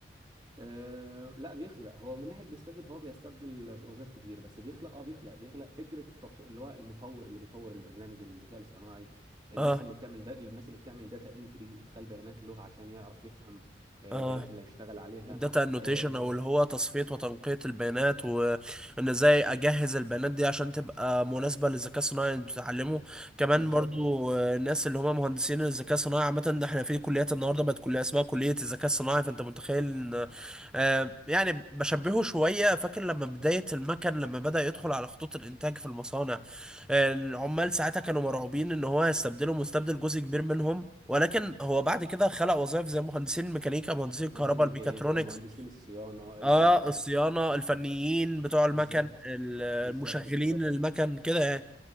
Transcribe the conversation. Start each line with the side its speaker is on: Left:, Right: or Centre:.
Right: أه لا بيخلق هو من ناحيه بيستبدل فهو بيستبدل وظائف كتير بس بيخلق اه بيخلق بيخلق فكره التط... اللي هو المطور اللي بيطور البرنامج الذكاء الاصطناعي الناس
Centre: اه
Right: اللي بتعمل دا... الناس اللي بتعمل داتا انتري ادخال بيانات له عشان يعرف يفهم آه،
Centre: اه
Right: البيانات اللي هيشتغل عليها
Centre: داتا انوتيشن
Right: آه،
Centre: او اللي هو تصفية وتنقية البيانات وان ازاي اجهز البيانات دي عشان تبقى مناسبة للذكاء الصناعي اللي بتتعلمه كمان
Right: بالظبط
Centre: برضو آه، الناس اللي هم مهندسين الذكاء الصناعي عامة إن احنا في كليات النهاردة بقت كلية اسمها كلية الذكاء الصناعي فانت متخيل ان آه، يعني بشبهه شوية فاكر لما بداية المكن لما بدأ يدخل على خطوط الانتاج في المصانع آه، العمال ساعتها كانوا مرعوبين ان هو هيستبدله مستبدل جزء كبير منهم ولكن هو بعد كده خلق وظائف زي مهندسين الميكانيكا مهندسين الكهرباء
Right: مهندسين الميكانيكا
Centre: الميكاترونكس
Right: مهندسين الصيانه
Centre: اه
Right: ال...
Centre: الصيانة الفنيين بتوع المكن
Right: بالظبط
Centre: ال- المشغلين
Right: بالظبط بالظبط
Centre: المكن كده يعني